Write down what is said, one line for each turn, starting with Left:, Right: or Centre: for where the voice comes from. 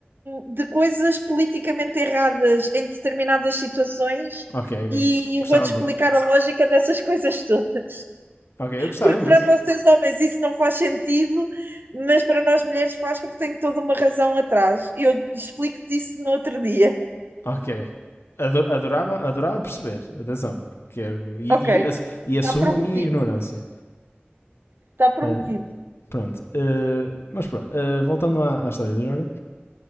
Right: de coisas politicamente erradas em determinadas situações
Left: Ok, ok.
Right: e
Left: Gostava
Right: eu vou-te explicar
Left: muito.
Right: a lógica dessas coisas todas.
Left: Ok, eu gostava
Right: Porque
Left: imenso.
Right: para vocês homens isso não faz sentido, mas para nós mulheres faz porque tem toda uma razão atrás. E Eu explico-te isso no outro dia.
Left: Ok. Ado- adorava, adorava perceber. Atenção. Quero, e,
Right: Ok, está
Left: e ass- e assumo
Right: prometido.
Left: a minha ignorância.
Right: Está prometido.
Left: Ah, pronto. Ah, mas pronto. ah, voltando à, à história do Joga.